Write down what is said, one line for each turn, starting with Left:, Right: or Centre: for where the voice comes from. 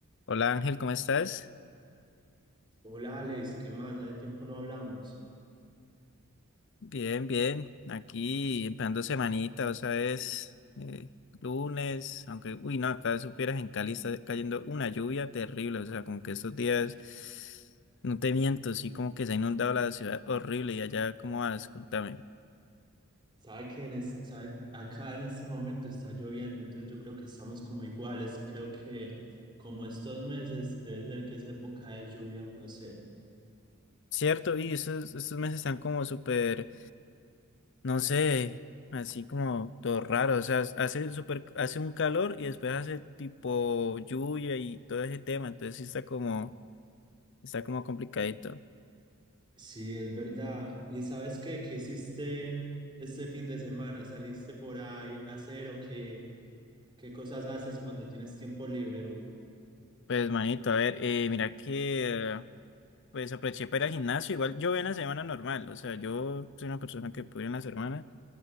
Left: Hola Ángel, ¿cómo estás?
Right: Hola Alex, ¿qué más? Hace tiempo no hablamos.
Left: Bien, bien. Aquí empezando semanita, o sea, es eh, lunes, aunque, uy, no, acá supieras en Cali está cayendo una lluvia terrible, o sea, como que estos días, no te miento, sí, como que se ha inundado la ciudad horrible y allá, ¿cómo vas? Contame.
Right: Sabe que en es- sabe- acá en este momento está lloviendo, entonces yo creo que estamos como iguales. Creo que como estos meses debe ser que es época de lluvia, o no sé.
Left: Cierto, y estos, estos meses están como súper, no sé, así como todo raro, o sea, hace súper, hace un calor y después hace tipo lluvia y todo ese tema, entonces sí está como... Está como complicadito.
Right: Sí, es verdad. ¿Y sabes qué? ¿Qué hiciste este fin de semana? ¿Saliste por ahí a hacer o qué, qué cosas haces cuando tienes tiempo libre?
Left: Pues, manito, a ver, eh, mira que, eh, pues aproveché para ir al gimnasio. Igual yo voy en la semana normal, o sea, yo soy una persona que puede ir en la semana.